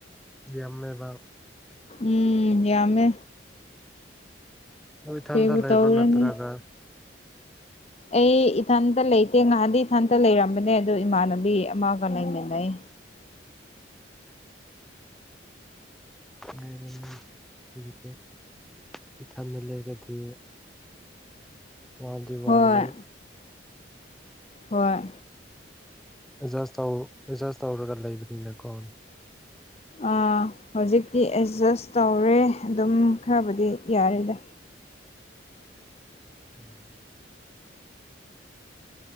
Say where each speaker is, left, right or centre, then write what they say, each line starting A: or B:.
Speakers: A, in the centre; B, on the left.
A: ꯌꯥꯝꯃꯦꯕ
B: ꯎꯝ ꯌꯥꯝꯃꯦ
A: ꯑꯗꯨ ꯏꯊꯟꯗ
B: ꯀꯩꯕꯨ
A: ꯂꯩꯕ꯭ꯔꯥ
B: ꯇꯧꯔꯨꯅꯤ
A: ꯅꯠꯇ꯭ꯔꯒ
B: ꯑꯩ ꯏꯊꯟꯇ ꯂꯩꯇꯦ ꯉꯍꯥꯟꯗꯤ ꯏꯊꯟꯇ ꯂꯩꯔꯝꯕꯅꯦ ꯑꯗꯨ ꯏꯃꯥꯟꯅꯕꯤ ꯑꯃꯒ ꯂꯩꯃꯤꯟꯅꯩ
A: <unintelligible> ꯏꯊꯟꯗ ꯂꯩꯔꯗꯤ ꯋꯥꯗꯤ ꯋꯥꯒꯅꯤ
B: ꯍꯣꯏ ꯍꯣꯏ
A: ꯑꯦꯗꯖꯁ ꯇꯧ ꯑꯦꯗꯖꯁ ꯇꯧꯔꯒ ꯂꯩꯕꯅꯤꯅꯀꯣ
B: ꯑꯥ ꯍꯧꯖꯤꯛꯇꯤ ꯑꯦꯠꯖꯁ ꯇꯧꯔꯦ ꯑꯗꯨꯝ ꯈꯔꯕꯨꯗꯤ ꯌꯥꯔ‌ꯦꯗ
A: <inaudible>